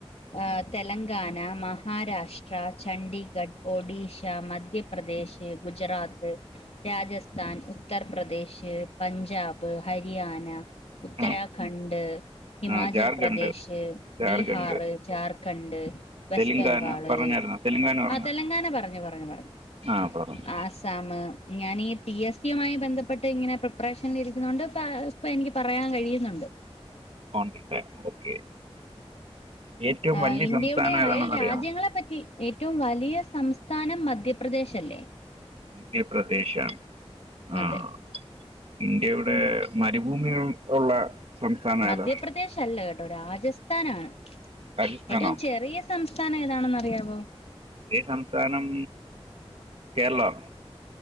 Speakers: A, on the left; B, on the right.
A: ആ തെലങ്കാന മഹാരാഷ്- ട്രാ ചണ്ഡീഗഢ ഒഡീഷ മധ്യപ്രദേശ് ഗുജറാത്ത് രാജസ്ഥൻ ഉത്തർപ്രദേശ് പഞ്ചാബ് ബ് ഹരിയാന ഉത്തരാഖണ്ഡ്
B: ആ
A: ഹിമാചൽപ്രദേശ്
B: ആ ജാർഖണ്ഡ് ജാർഖണ്ഡ്
A: ബീഹാർ ജാർ- ഖണ്ട് വെസ്റ്റ്
B: തെലുങ്കാന
A: ബംഗാള്
B: പറഞ്ഞായിരുന്നോ തെലുങ്കാന പറഞ്ഞോ
A: ആ തെലങ്കാന പറഞ്ഞു പറഞ്ഞു പറഞ്ഞു
B: ആഹ് പറഞ്ഞു
A: ആസാമ് ഞാനീ ഈ പി എസ് സിയുമായി ബന്ധപ്പെട്ട് ഇങ്ങനെ പ്രിപ്പറേഷനിൽിരിക്ക- ന്ന്ണ്ട് ഇപ്പൊ എനിക്ക് പറയാൻ കഴിയുന്നുണ്ട്
B: പോണ്ടല്ലേ ഓക്കെ ഏറ്റവും
A: ആ
B: വലിയ
A: ഇന്ത്യയുടെ
B: സംസ്ഥാനം
A: അയൽ
B: ഏതാണെന്ന്
A: രാജ്യങ്ങളെ
B: അറിയാമോ
A: പറ്റി ഏറ്റവും വലിയ സംസ് സ്ഥാനം മധ്യപ്രദേശ് അല്ലേ
B: മധ്യപ്രദേശാണ് ആഹ്
A: അതെ
B: ഇന്ത്യയുടെ മരുഭൂമി ഉ ഉള്ള സംസ്ഥാനം
A: മധ്യപ്രദേശ്
B: ഏതാ
A: അല്ല കേട്ടോ രാ ജസ്ഥാനാണ്.
B: രാജസ്ഥാനോ
A: ഏറ്റവും ചെറിയ സ് സംസ്ഥാനം ഏതാണെന്നറിയാവോ?
B: റിയ സംസ്ഥാനം കേരളാണോ